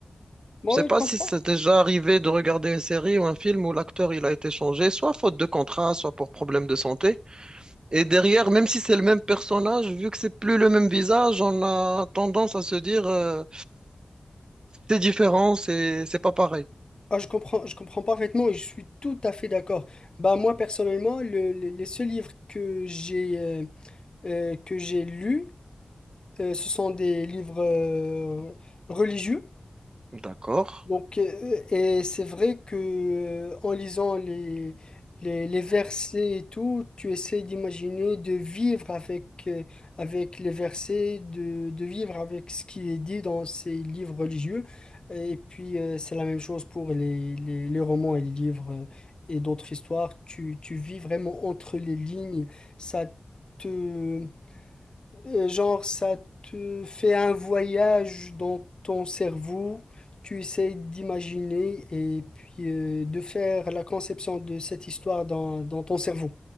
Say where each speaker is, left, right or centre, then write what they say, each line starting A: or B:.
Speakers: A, on the left; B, on the right.
A: moi
B: Je sais
A: oui,
B: pas
A: je comprends.
B: si c'est déjà arrivé de regarder une série ou un film où l'acteur il a été changé, soit faute de contrat, soit pour problème de santé. Et derrière, même si c'est le même personnage, vu que c'est plus le même visage, on a tendance à se dire euh, c'est différent, c'est c'est pas pareil.
A: Ah, je comprends, je comprends parfaitement et je suis tout à fait d'accord. Bah moi personnellement, le- le- les seuls livres que j'ai euh, euh, que j'ai lus, euh, ce sont des livres euh, religieux.
B: D'accord.
A: Donc, euh, et c'est vrai que euh, en lisant les, les, les versets et tout, tu essaies d'imaginer de vivre avec, euh, avec les versets, de, de vivre avec ce qui est dit dans ces livres religieux. Et puis, euh, c'est la même chose pour les, les, les romans et les livres euh, et d'autres histoires. Tu, tu vis vraiment entre les lignes. Ça te, euh, Genre, ça te fait un voyage dans ton cerveau, tu essaies d'imaginer et puis euh, de faire la conception de cette histoire dans, dans ton cerveau.